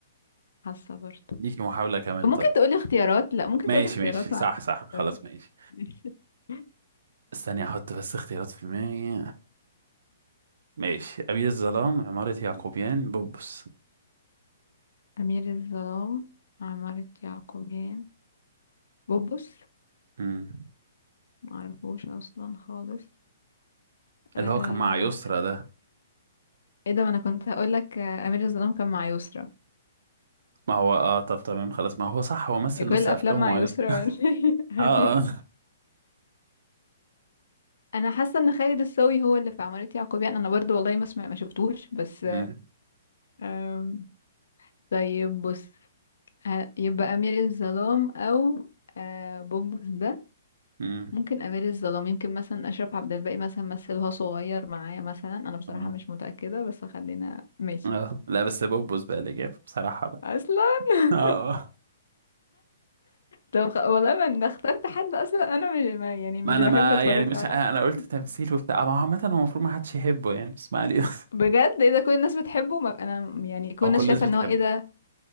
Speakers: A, on the left; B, on the right.
A: حاسة برضه
B: ليكي محاولة كمان
A: ممكن
B: طيب
A: تقولي اختيارات لا ممكن
B: ماشي
A: تقولي اختيارات
B: ماشي صح
A: معلش
B: صح خلاص
A: سوري.
B: ماشي
A: <laughs>
B: استني احط بس اختيارات في دماغي ماشي أبي الظلام عمارة يعقوبيان بوبس
A: أمير الظلام عمارة يعقوبيان بوبوس
B: مم.
A: معرفوش أصلا خالص آه...
B: اللي هو كان مع يسرا ده
A: ايه ده ما أنا كنت هقولك آه، أمير الظلام كان مع يسرا
B: ما هو اه طب تمام خلاص ما هو صح هو مثل
A: هي كل
B: نص
A: الأفلام
B: أفلامه
A: مع
B: مع
A: يسرا
B: يسرا <laughs>
A: ولا إيه؟ <laughs>
B: اه
A: أيوة.
B: اه
A: أنا حاسة إن خالد الصاوي هو اللي في عمارة يعقوبيان أنا برضو والله ما سمع ما شفتوش بس
B: مم.
A: آم، طيب بص ه- يبقى أمير الظلام أو آه... بوبوس ده
B: مم.
A: ممكن امير الظلام يمكن مثلا اشرف عبد الباقي مثلا مثلها صغير معايا مثلا انا بصراحه
B: اه
A: مش متاكده بس خلينا ماشي
B: آه. لا بس بوبس بقى الإجابة بصراحة بقى
A: اصلا <laughs>
B: <laughs> اه آه.
A: طب خ- والله ما انا اخترت حد اصلا انا مش ما يعني مش
B: ما أنا
A: بحب
B: ما
A: اتفرج
B: يعني مش
A: له على
B: أنا
A: حد
B: قلت تمثيل وبتاع ما هو عامة هو المفروض ما حدش يحبه يعني بس ما علينا
A: بجد ايه ده كل الناس بتحبه ما انا يعني كل
B: <laughs> هو
A: الناس
B: كل الناس
A: شايفه
B: بتحبه
A: ان هو ايه ده